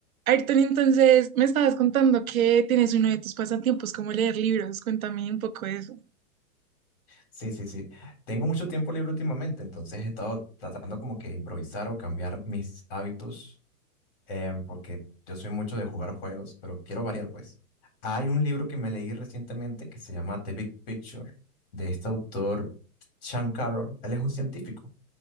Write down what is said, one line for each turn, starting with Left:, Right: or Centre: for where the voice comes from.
Right: Ayrton, entonces me estabas contando que tienes uno de tus pasatiempos como leer libros. Cuéntame un poco de eso.
Left: Sí, sí, sí. Tengo mucho tiempo libre últimamente, entonces he estado tratando como que improvisar o cambiar mis hábitos, em, porque yo soy mucho de jugar juegos, pero quiero variar, pues. Hay un libro que me leí recientemente que se llama The Big Picture, de este autor Sean Carroll. Él es un científico,